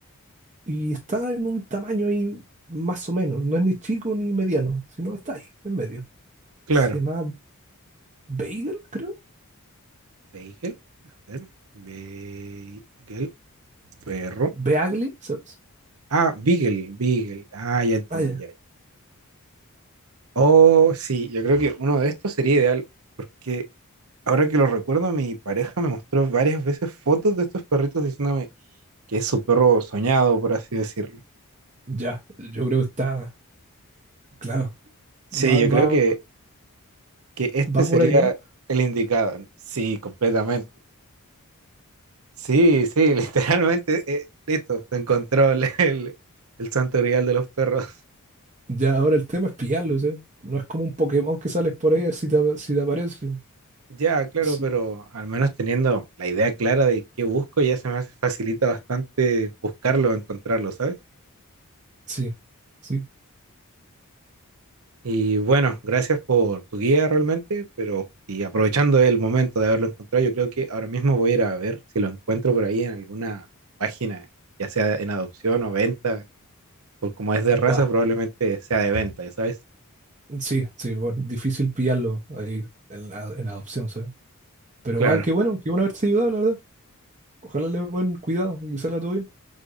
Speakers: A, on the right (about 30°); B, on the right (about 70°).
A: Y está en un tamaño ahí más o menos. No es ni chico ni mediano, sino está ahí, en medio.
B: claro.
A: Se llama Bagel, creo.
B: Bagel. A ver. Bagel. Perro.
A: Beagle, ¿sabes?
B: Ah, Beagle. Beagle. Ah, ya entendí.
A: Ah, ya.
B: Ya. Oh, sí. Yo creo que uno de estos sería ideal. Porque ahora que lo recuerdo, mi pareja me mostró varias veces fotos de estos perritos diciéndome que es su perro soñado, por así decirlo.
A: Ya, yo creo que está, claro.
B: Sí,
A: Va,
B: yo
A: va,
B: creo que, que este
A: va
B: sería
A: por ahí, ¿no?
B: el indicado. Sí, completamente. Sí, sí, <laughs> literalmente, eh, listo, se encontró el, el, el santo grial de los perros.
A: Ya, ahora el tema es pillarlo, ¿sabes? No es como un Pokémon que sales por ahí a ver si te, ap- si te aparece.
B: Ya, claro,
A: Sí,
B: pero al menos teniendo la idea clara de qué busco, ya se me hace- facilita bastante buscarlo, encontrarlo, ¿sabes?
A: sí, sí.
B: Y bueno, gracias por tu guía realmente, pero y aprovechando el momento de haberlo encontrado, yo creo que ahora mismo voy a ir a ver si lo encuentro por ahí en alguna página, ya sea en adopción o venta, por como es de raza,
A: Buah.
B: probablemente sea de venta, ya sabes.
A: Sí, sí, bueno, difícil pillarlo ahí en, la- en adopción, ¿sabes? Pero
B: Claro.
A: ah, qué bueno, qué bueno haberte ayudado, la verdad. Ojalá le den buen cuidado y que salga todo bien.